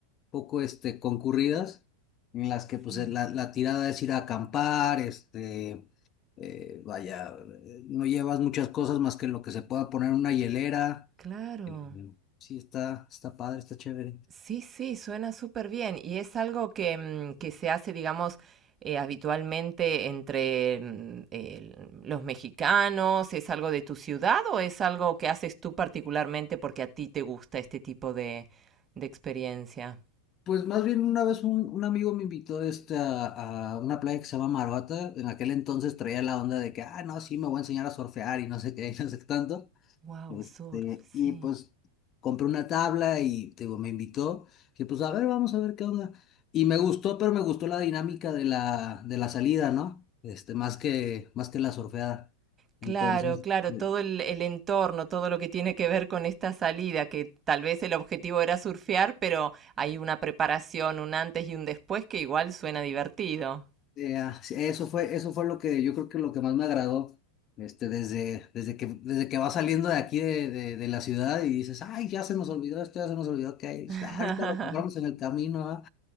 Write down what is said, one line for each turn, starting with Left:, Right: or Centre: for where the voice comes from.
Left: poco este, concurridas, en las que pues
Right: Sí,
Left: la, la tirada es ir a acampar, este, eh, vaya, eh, no llevas muchas cosas más que lo que se pueda poner en una hielera.
Right: claro.
Left: eh, sí, está, está padre, está chévere.
Right: Sí, sí, suena súper bien. Y es algo que, mm, que se hace, digamos, eh, habitualmente entre mm, el- los mexicanos. ¿Es algo de tu ciudad o es algo que haces tú particularmente porque a ti te gusta este tipo de, de experiencia?
Left: Pues más bien una vez un, un amigo me invitó este, a, a una playa que se llama Maruata. En aquel entonces traía la onda de que, ah, no, sí, me voy a enseñar a surfear y no sé qué, <laughs> y no sé qué tanto.
Right: Wow,
Left: Este,
Right: surf, sí.
Left: y pues compré una tabla y te digo, me invitó, que pues a ver, vamos a ver qué onda. Y me gustó, pero me gustó la dinámica de la, de la salida, ¿no? Este, más que, más que la surfeada.
Right: Claro,
Left: Entonces,
Right: claro,
Left: de-
Right: todo el, el entorno, todo lo que tiene que ver con esta salida, que tal vez el objetivo era surfear, pero hay una preparación, un antes y un después que igual suena divertido.
Left: de- ah, sí, eso fue, eso fue lo que yo creo que lo que más me agradó. Este, desde, desde que, desde que vas saliendo de aquí de, de, de la ciudad y dices, ay, ya se nos olvidó esto, ya se nos olvidó que hay,
Right: <laughs>
Left: Ah, ahorita lo compramos en el camino, ah".